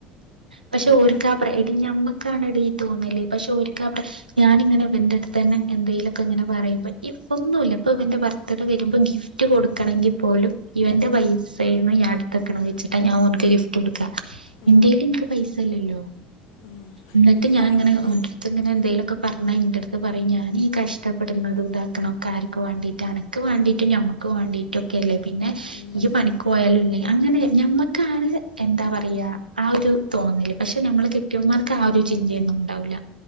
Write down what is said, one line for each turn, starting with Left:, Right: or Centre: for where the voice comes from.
Right: പക്ഷെ
Left: എന്നിട്ട്
Right: ഓരിക്കാ പ്ര എടീ ഞമ്മക്കാണെടീ തോന്നല് പക്ഷെ ഒരീക്കാ പ്രശ് ഞാനിങ്ങനെ ഇവൻറ്റടുത്തുതന്നെ എന്തേലൊക്കെ ഇങ്ങനെ പറയുമ്പോ ഇപ്പൊന്നൂല ഇപ്പൊ ഇവന്റെ ബർത്ത്ഡേ വെരുമ്പോ ഗിഫ് റ്റ് കൊടുക്കണെങ്കി പോലും ഇവന്റെ പൈസേന്ന് ഞാൻ എടു ക്കണ വെച്ചിട്ടാ ഞാൻ ഓൻക്ക് ഗിഫ്റ്റുകൊടുക്കാ
Left: ഉം
Right: എന്റേല് എനിക്ക് പൈസ ഇല്ലല്ലോ
Left: ഉം
Right: എന്നിട്ട് ഞാനിങ്ങനെ‌
Left: ഞാൻ ഇന്ന്
Right: ഓൻ ഇങ്ങനെ എന്തേലൊക്കെ പറഞ്ഞാ എൻറ്റടുത്തു പറയും ഞാനീ കഷ്ടപ്പെടുന്നതും ഇതാക്കണോക്കെ ആരിക്കുവേണ്ടിയിട്ടാണ്. ക്ക് വേണ്ടീട്ടും ഞമ്മക്ക് വേണ്ടീട്ടൊക്കെയല്ലേ പിന്നെ
Left: ഉം
Right: ഇയ്യ് പണിക്കൊഴാലല്ലേ അങ്ങനെ ഞമ്മക്കാണ് എന്താപറയാ ആ ഒരു തോന്നല് പക്ഷെ നമ്മളെ കെട്ടിയവൻമാർക്ക് ആ ഒരു ചിന്തയൊന്നും ഉണ്ടാവൂല്ല